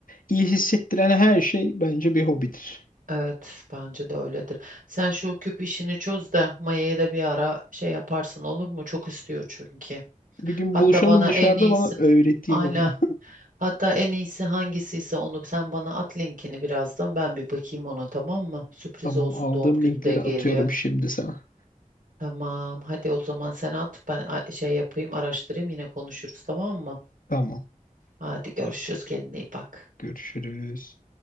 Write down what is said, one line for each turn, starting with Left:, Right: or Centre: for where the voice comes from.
Left: iyi hissettiren her şey bence bir hobidir.
Right: Evet, bence de öyledir. Sen şu küp işini çöz de Maya'ya da bir ara şey yaparsın olur mu? Çok istiyor çünkü.
Left: Bir gün
Right: Hatta
Left: buluşalım
Right: bana
Left: dışarıda
Right: en iyisini.
Left: bana öğreteyim
Right: Aynen.
Left: onu.
Right: Hatta en iyisi hangisiyse onu sen bana at linkini birazdan. Ben bir bakayım ona tamam mı?
Left: <laughs>
Right: Sürpriz
Left: Tamam,
Right: olsun
Left: aldığım
Right: doğum günü
Left: linkleri
Right: de geliyor.
Left: atıyorum şimdi sana.
Right: Tamam. Hadi o zaman sen at. Ben a- şey yapayım araştırayım yine konuşuruz tamam mı?
Left: Tamam.
Right: Hadi görüşürüz kendine iyi bak.
Left: Görüşürüz.